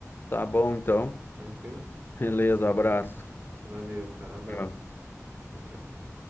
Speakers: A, on the left; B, on the right.
A: Tá bom, então.
B: Tranquilo?
A: Beleza, abraço.
B: Valeu, cara, um abraço.
A: Tchau.
B: Tchau, tchau.